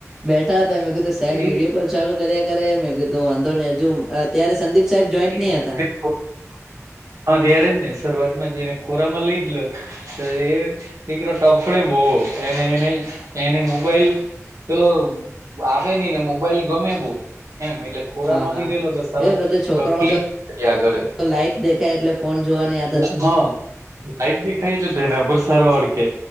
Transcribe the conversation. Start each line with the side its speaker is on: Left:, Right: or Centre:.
Centre: બેઠા હતા મેં કીધું સાહેબ
Right: એ
Centre: વિડીયો કોલ ચાલુ કર્યા કરે મેં કીધું વાંધો નહીં હજુ અ ત્યારે સંદીપ સાહેબ
Right: <inaudible>
Centre: જોઈન્ટ નહી હતા
Right: હહ ત્યારે જ ને શરૂઆતમાં જ એને ખોરામાં લઈ જ લે તો એ દીકરો ટફડે બોવ એને એને એને મુ મોબાઈલ પેલો આપે નઈ ને મોબાઈલ ગમે બહુ. એમ એટલે ખોરામાં
Centre: હા હા
Right: લીધેલો તો સરો
Centre: એ બધા છોકરાઓ
Right: તકલીફ
Centre: તો
Right: કર્યા કરે.
Centre: લાઈટ દેખાય એટલે ફોન જોવાની આદત
Right: એ હહ <inaudible> સાઈડ દેખાઈ તો તેના પર સારો અડકે.